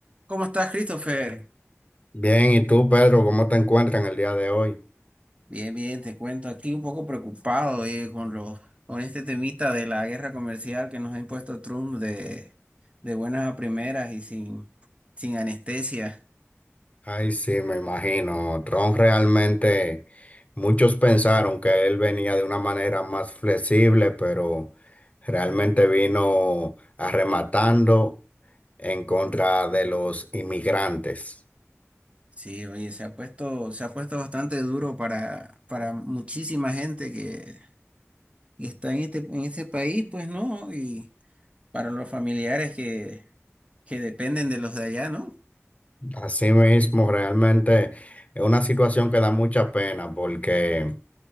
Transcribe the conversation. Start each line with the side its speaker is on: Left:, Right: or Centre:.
Right: ¿Cómo estás, Christopher?
Left: Bien, ¿y tú, Pedro, cómo te encuentras en el día de hoy?
Right: Bien, bien, te cuento. Aquí un poco preocupado, oye, con los, con este temita de la guerra comercial que nos ha impuesto Trump de, de buenas a primeras y sin, sin anestesia.
Left: Ay, sí, me imagino. Trump realmente, muchos pensaron que él venía de una manera más flexible, pero realmente vino arrematando en contra de los inmigrantes.
Right: Sí, oye, se ha puesto, se ha puesto bastante duro para, para muchísima gente que, que está en este, en este país, pues, ¿no? Y para los familiares que, que dependen de los de allá, ¿no?
Left: Así mismo realmente es una situación que da mucha pena porque